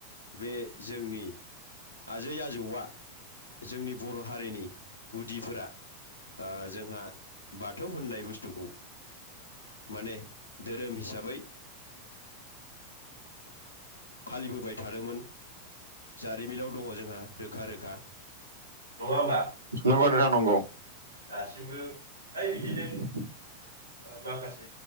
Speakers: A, on the left; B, on the right.
A: बे जोंनि आजै आजौआ जोंनि बर' हारिनि गुदिफोरा ओ जोंहा बाथौ होननाय बुस्थुखौ माने धोरोम हिसाबै फालिबोबाय थादोंमोन जारिमिनाव दङ जोंहा रोखा रोखा
B: नङा होमबा नंगौ नोंथां नंगौ दासबो बिदिनो माखासे